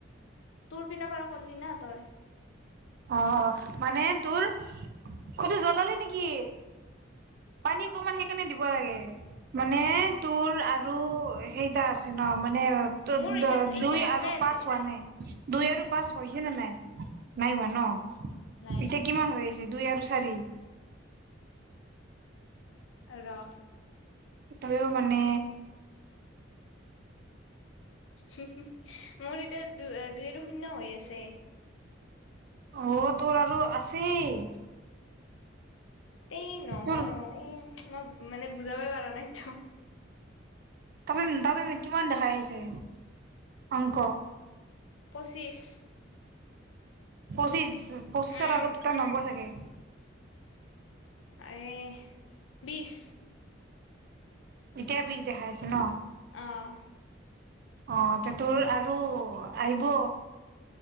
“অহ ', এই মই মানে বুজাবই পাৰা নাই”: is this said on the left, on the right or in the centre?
Left